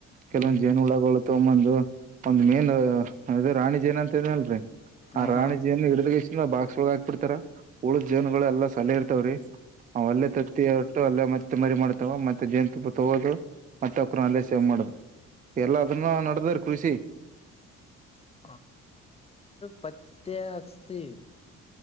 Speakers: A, on the right; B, on the left.
A: ಕೆಲವೊಂದ್
B: ಹ್ಮ್ ಹ್ಮ್
A: ಜೇನು
B: ಹ್ಮ್
A: ಉಳಗಳ ತಮ್ಮಂದು ಒಂದ್ ಮೇನ್ ಅ ರಾಣಿ ಜೇನ್ ಅಂತ ಅಲ್ರರಿ
B: ಹಾ
A: ಆ
B: ಹಾ
A: ರಾಣಿಜಿಯನ್ನು ಹಿಡ್ದ್ ಇಷ್ಟಿಂದ ಬಾಕ್ಸ್ ಒಳಗ್ ಹಾಕ್ಬ ಬಿಡ್ತಾರ ಉುಳು ಜನ್ಗಳು ಎಲ್ಲ ಸಲ ಇರ್ತವ್ರಿ ಅವ್ ಅಲ್ಲೇ ತತ್ತಿ ಹೊಟ್ಟು ಅಲ್ಲೇ ಮತ್ತೆ ಮರಿ ಮಾಡ್ತಾವ ಮತ್ತೆ ಜೇನ್ ತುಪ್ಪ ತಗೋದು ಮತ್ತ ಅಕ್ಕ್ರ ಅಲ್ಲೇ ಸೇವ್ ಮಾಡುದು ಎಲ್ಲ ಅದನ್ನ ನಡದ್ರ ಕೃಷಿ
B: <inaudible> ಪತ್ತ ಅಸ್ತಿ